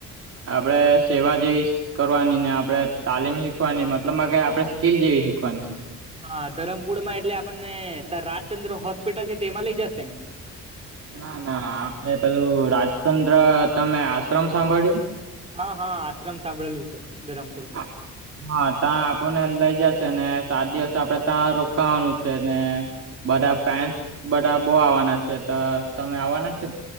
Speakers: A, on the right; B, on the right.
A: આપડે સેવાજી કરવાની ને આપડણે તાલીમ શીખવાની મતલબ કે આપડણે સ્કીલ જેવી શીખવાની છે
B: હા ધરમપુરમાં એટલે આપણને તા રાજચંદ્ર હોસ્પિટલ છે તેમાં લઈ જશે.
A: ના ના આપડે પેલું રાજચંદ્ર તમે આશ્રમ સાંભળ્યું?
B: હ હ આશ્રમ સાંભળેલું છે ધરમપુર.
A: હમ હા તા આપણને લઈ જશેને સાત દિવસ આપડે તા રોકાવાનું છે ને. બધા ફાન્સ બધાં બો આવાના છે તો તમે આવાના છે.